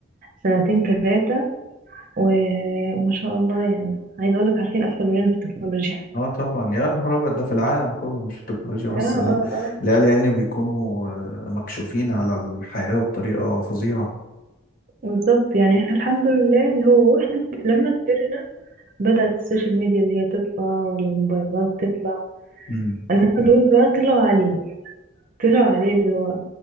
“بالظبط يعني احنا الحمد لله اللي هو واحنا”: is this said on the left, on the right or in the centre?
Right